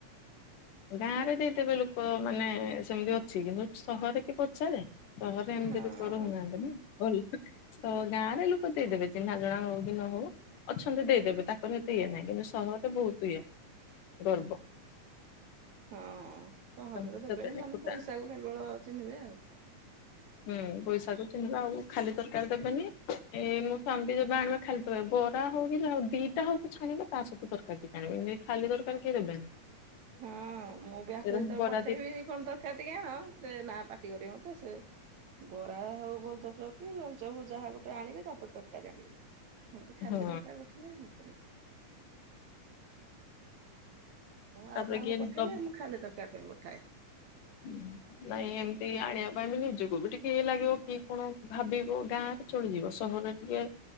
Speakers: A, on the left (about 85°); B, on the right (about 65°).
A: ଗାଁ ରେ ଦେଇଥବେ ଲୋକ ମାନେ ସେମିତି ଅଛି କିନ୍ତୁ ସହରରେ କିଏ ପଚାରେ ସହରେ ଏମିତି
B: ହଁ
A: ଲୋକ ରହୁଉନାହାନ୍ତି ନା ଭଲ ତ ଗାଁରେ ଲୋକ ଦେଇଦେବେ ଚିହ୍ନା ଜଣା ହଉ କି ନ ହଉ ଅଛନ୍ତି ଦେଇଦେବେ ତାଙ୍କର ଏତେ ଇଏ ନାହିଁ କିନ୍ତୁ ସହରରେ ବହୁତ ଇଏ ଗର୍ବ
B: ହଁ ସହରରେ
A: ସେମାନେ
B: ଦେବେନି ସେମାନେ
A: ଫୁଟା
B: ପଇସା କ କେବଳ ଚିହ୍ନିବେ ଆଉ।
A: ହୁଁ ପଇସା କୁ ଚିହ୍ନିବା ଆଉ ଖାଲି ତରକାରୀ ଦେବନି ଏଇ ମୋ ସ୍ୱମୀ ବି ଯେବେ ଆଣିବେ। ଖାଲି ତରକାରୀ ବରା ହଉ କି ଯା ହଉ ଦିଟା ହଉ ପଛେ ଆଣିବ ତା ସହିତ ତରକାରୀ ଟିକେ ଆଣିବ ଏମିତି ଖାଲି ତରକାରୀ କିଏ ଦେବେନି।
B: ହଁ ମୁଁ ବି ଆଙ୍କୁ
A: ସେରା
B: ଯେତେବେଳେ
A: ବରା
B: ପଠେଇବି
A: ଦି
B: କଣ ତରକାରୀ ଟିକେ ଆଣେ ସେ ନା ପାଟି କରିବ ମତେ ସେ ବରା ହଉ ବ ପଚାଶ ଟଙ୍କା ରେ କିଉ ଆଳିଚପ ଯାହା ଗୋଟେ ଆଣିବେ ତାପ ରେ ତରକାରୀ ଆଣିବେ ଏମିତି ଖାଲି
A: ହଁ
B: ତରକାରୀ ରେ ଖାଲି ଏଇ ଭିତରେ ମୁଁ
A: ତାପରେ
B: ଆଉ କାହାକୁ
A: କିଏ
B: ପଠେଇଲେ
A: ଦବ
B: ମୁ ଖାଲି ତରକାରୀ ପାଇଁ ପଠାଏ।
A: ହୁଁ ନାଇଁ ଏମିତି ଆଣିବା ପାଇଁ ବି ନିଜକୁ ବି ଟିକେଇ ଲାଗିବ କି କଣ ଭାବିବ ଗାଁ ରେ ଚଳିଯିବ ସହରରେ ଟିକେ